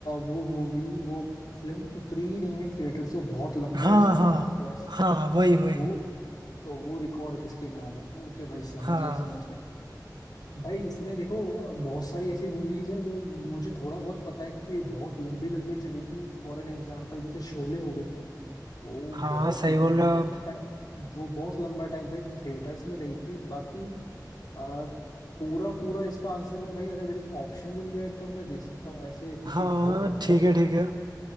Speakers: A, on the left; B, on the right.
A: वो मूवी वो फिल्म उतरी ही नहीं है थिएटर से बहुत लंबे
B: हाँ
A: समय
B: हाँ
A: तक तो ऐस
B: हाँ वही वही
A: वो तो वो रिकॉर्ड किसके नाम है ओके भाई समझ
B: हाँ
A: गया समझ गया भाई इसमें देखो बहुत सारी ऐसी मूवीज है जो मुझे थोड़ा बहुत पता है कि ये बहुत लंबी लंबी चली थी फॉर एन एग्जाम्पल जैसे शोले हो गई वो
B: हाँ
A: बहुत
B: सही
A: लंबा
B: बोल रहे हो आप
A: टाइम वो बहुत लंबा टाइम भाई थिएटर्स में रही थी बाकी आ, पूरा पूरा इसका आंसर में भाई अगर मेरे को ऑप्शन मिल जाए तब मैं दे सकता हूँ ऐसे क्योंकि
B: हाँ
A: बहुत बहुत
B: ठीक है ठीक है